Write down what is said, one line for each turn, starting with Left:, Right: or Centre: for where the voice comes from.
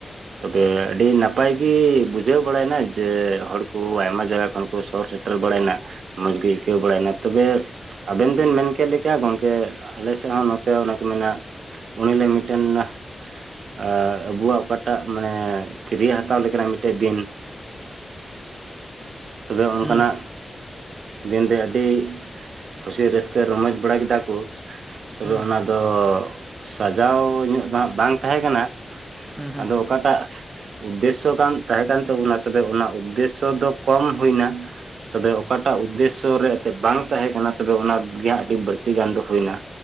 Right: ᱛᱚᱵᱮ ᱟᱹᱰᱤ ᱱᱟᱯᱟᱭᱜᱤ ᱵᱩᱡᱷᱟᱹᱣ ᱵᱟᱲᱟᱭ ᱮᱱᱟ ᱡᱮ ᱦᱚᱲ ᱠᱚ ᱟᱭᱢᱟ ᱡᱟᱭᱜᱟ ᱠᱷᱚᱱ ᱠᱚ ᱥᱚᱦᱚᱨ ᱥᱮ ᱴᱮᱨ ᱵᱟᱲᱟᱭᱱᱟ ᱢᱚᱡᱽ ᱟᱹᱭᱠᱟᱹᱣ ᱵᱟᱲᱟᱭ ᱮᱱᱟ ᱛᱚᱵᱮ ᱟᱵᱮᱱ ᱵᱮᱱ ᱢᱮᱱ ᱠᱮᱫ ᱞᱮᱠᱟ ᱜᱚᱝᱠᱮ ᱟᱞᱮ ᱥᱮᱫ ᱦᱚᱸ ᱱᱚᱛᱮ ᱚᱱᱮ ᱠᱚ ᱢᱮᱱᱟ ᱩᱱᱦᱤᱞᱳᱜ ᱢᱤᱫᱴᱮᱱ ᱱᱟ ᱮ ᱟᱵᱩᱣᱟᱜ ᱚᱠᱟᱴᱟᱜ ᱢᱟᱱᱮ ᱠᱟᱹᱨᱤᱭᱟ ᱦᱟᱛᱟᱣ ᱞᱮᱠᱟᱱᱟᱜ ᱢᱤᱫᱴᱮᱡ ᱫᱤᱱᱼᱼ ᱛᱚᱵᱮ ᱚᱱᱠᱟᱱᱟᱜ
Centre: ᱦᱩᱸ
Right: ᱫᱤᱱᱨᱮ ᱟᱹᱰᱤ ᱠᱷᱩᱥᱤ ᱨᱟᱹᱥᱠᱟᱹ ᱨᱚᱢᱚᱡᱽ ᱵᱟᱲᱟ ᱠᱮᱫᱟ ᱠᱚ ᱛᱚᱵᱮ
Centre: ᱦᱩᱸ
Right: ᱚᱱᱟ ᱛᱚ ᱥᱟᱡᱟᱣᱧᱚᱜ ᱫᱚ ᱦᱟᱸᱜ ᱵᱟᱝ ᱛᱟᱦᱮᱸ ᱠᱟᱱᱟ
Centre: ᱦᱩᱸ ᱦᱩᱸ
Right: ᱟᱫᱚᱼᱼ ᱚᱠᱟᱴᱟᱜ ᱩᱫᱽᱫᱮᱥᱚ ᱠᱟᱱ ᱛᱟᱦᱮᱸ ᱠᱟᱱ ᱛᱟᱵᱚᱱᱟ ᱛᱚᱵᱮ ᱚᱱᱟ ᱩᱫᱽᱫᱮᱥᱚ ᱫᱚ ᱠᱚᱢ ᱦᱩᱭᱱᱟ ᱛᱚᱵᱮ ᱚᱠᱟᱴᱟᱜ ᱩᱫᱽᱫᱮᱥᱼᱼ ᱥᱚ ᱨᱮ ᱮᱱᱛᱮᱫ ᱵᱟᱝ ᱛᱟᱦᱮᱸ ᱠᱟᱱᱟ ᱛᱚᱵᱮ ᱚᱱᱟ ᱜᱮ ᱦᱟᱸᱜ ᱟᱹᱰᱤ ᱵᱟᱹᱲᱛᱤ ᱜᱟᱱ ᱫᱚ ᱦᱩᱭᱱᱟ